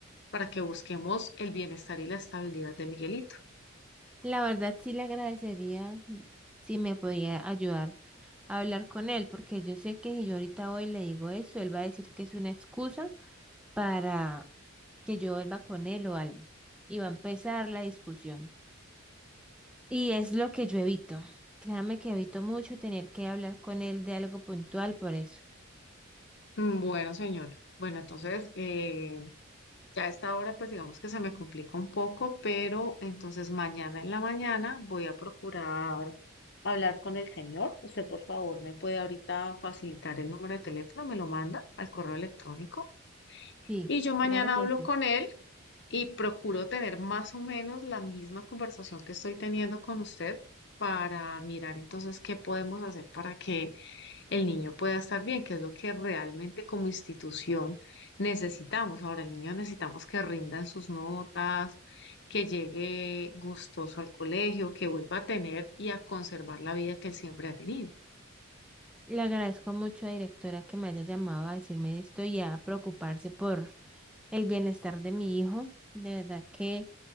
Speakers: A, on the left; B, in the centre.
A: para que busquemos el bienestar y la estabilidad de Miguelito.
B: La verdad sí le agradecería si me podía ayudar a hablar con él, porque yo sé que si yo ahorita hoy le digo eso, él va a decir que es una excusa para que yo vuelva con él o algo. Y va a empezar la discusión. Y es lo que yo evito. Créame que evito mucho tener que hablar con él de algo puntual por eso.
A: Mm, Bueno, señora. Bueno, entonces, eh, Ya a esta hora, pues digamos que se me complica un poco, pero entonces mañana en la mañana voy a procurar hablar con el señor. Usted, por favor, me puede ahorita facilitar el número de teléfono, me lo manda al correo electrónico.
B: Sí,
A: Y yo mañana
B: claro que
A: hablo
B: sí.
A: con él y procuro tener más o menos la misma conversación que estoy teniendo con usted para mirar entonces qué podemos hacer para que el niño pueda estar bien, que es lo que realmente como institución necesitamos. Ahora, el niño necesitamos que rindan sus notas, que llegue gustoso al colegio, que vuelva a tener y a conservar la vida que él siempre ha tenido.
B: Le agradezco mucho, directora, que me haya llamado a decirme esto y a preocuparse por el bienestar de mi hijo. De verdad que...